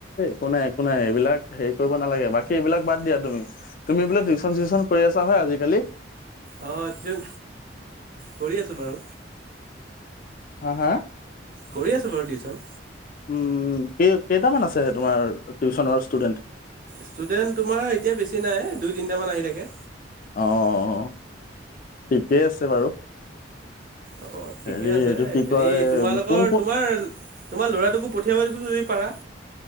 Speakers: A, on the left (about 45°); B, on the right (about 45°).
A: একো নাই একো নাই এইবিলাক হেৰি কৰিব নালাগে বাকী এইবিলাক বাদ দিয়া তুমি তুমি বোলে টিউচন চিউচন কৰি আছা হয়। আজিকালি।
B: অ' টিউচন কৰি আছোঁ বাৰু।
A: হা হা।
B: কৰি আছো বাৰু টিউচন।
A: উম কেই কেইটামান আছে তোমাৰ টিউচনৰ ষ্টুডেণ্ট।
B: ষ্টুডেন্ট তোমাৰ এতিয়া বেছি নাই দুই তিনটা মান আহি থাকে।
A: অ', ঠিকেই আছে বাৰু।
B: অ', ঠিকে
A: হেৰি
B: আছে
A: এইটো
B: হেৰি
A: কি কয়
B: তোমালোকৰ
A: কোন কোন
B: তোমাৰ তোমাৰ লৰাটোকো পঠিয়াবা চোন যদি পাৰা।